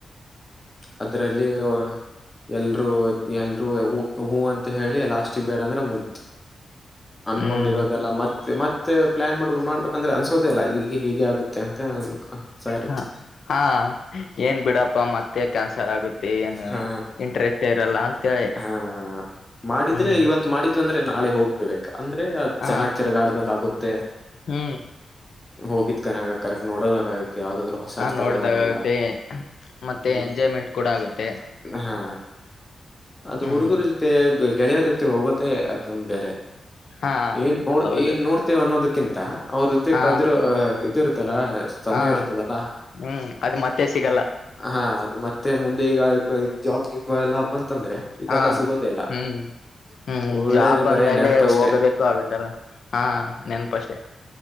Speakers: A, on the left (about 20°); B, on the left (about 70°).
A: ಅದರಲ್ಲಿ ಎ ಎಲ್ರು ಎಲ್ರು ಹ ಹೂ ಅಂತ ಹೇಳಿ ಲಾಸ್ಟಿಕ್ ಬೇಡ ಅಂದ್ರೆ ಮುಗತು ಅನ್ಕೊಂಡಿರೋದೆಲ್ಲ
B: ಹ್ಮ್
A: ಮತ್ತೆ ಮತ್ತೆ ಪ್ಲಾನ್ ಮಾಡ ಮಾಡ್ಬೇಕಂದ್ರೆ ಅನ್ಸೋದಲ್ಲ ಈ ಹೇಗೆ ಆಗುತ್ತೆ ಅಂತ ಅನ್ಸಾ ಇರುತ್ತೆ
B: ಹ ಹಾ ಏನ್ ಬಿಡಪ್ಪ ಮತ್ತೆ ಕನ್ಸ ಸರಾಗುತ್ತೆ ಏನು
A: ಹಾ
B: ಇಂಟ್ರೆಸ್ಟ್ ಇರಲ್ಲ ಅಂತೇಳಿ
A: ಹಾ ಮಾಡಿದ್ರೆ
B: ಹ್ಮ್
A: ಇವತ್ ಮಾಡಿದ್ವಿ ಅಂದ್ರೆ ನಾಳೆ ಹೋಗ್ಬಿಡ್ಬೇಕ್ ಅಂದ್ರೆ ಅದ
B: ಹ
A: ಚೆನ್ನಾಗ್ ತಿರ್ಗಾಡ್ದಂಗ ಆಗುತ್ತೆ
B: ಹ್ಮ್
A: ಹೋಗಿದ್ ಕನಗ ಕರೆಕ್ಟ್ ನೋಡೋದಾಗ ಆೈತಿ ಯಾವ್ದಾದ್ರು ಹೊಸ
B: ಹ
A: ಸ್ಥಳಗಳೆಲ್ಲ
B: ನೋಡ್ದಾಗ ಆಗುತ್ತೆ ಮತ್ತೆ
A: ಹ್ಮ್
B: ಎಂಜಾಯ್ಮೆಂಟ್ ಕೂಡ ಆಗುತ್ತೆ
A: ಹಾ ಅದು
B: ಹ್ಮ್
A: ಹುಡುಗರ ಜೊತೆ ಗೆಳೆಯರ ಜೊತೆ ಹೋಗೋದೇ ಅದೊಂದು ಬೇರೆ
B: ಹಾ
A: ಏನ್ ನೋಡ್
B: ಹೌದು
A: ಏನ್ ನೋಡ್ತೇವ ಅನ್ನೋದಕ್ಕಿಂತ ಅವ್ರ ಜೊತೆ
B: ಹಾ
A: ಕಳೆದಿರೋ ಇದರು ಇಲ್ಲ ಸಮಯ
B: ಹಾ
A: ಇರ್ತದಲ್ಲ
B: ಹ್ಮ್ ಅದು ಮತ್ತೆ ಸಿಗಲ್ಲ
A: ಹಾ ಅದು ಮತ್ತೆ ಮತ್ತೆ ಮುಂದೆ ಈಗ ಜಾಬ್ ನಿ ಎಲ್ಲ ಬಂತಂದ್ರೆ ಇದೆಲ್ಲಾ
B: ಹಾ
A: ಸಿಗೋದೇ ಇಲ್ಲ
B: ಹ್ಮ್ ಹ್ಮ್
A: ಒಳ್ಳೇದ
B: ಜಾಬ್ ಬಂದ್ಮೇಲೆ
A: ಬರೇ ನೆನಪಷ್ಟೇ
B: ಹೋಗೋದಕ್ಕು ಆಗತ್ತಲ್ಲ ಹಾ ನೆನ್ಪ ಅಷ್ಟೇ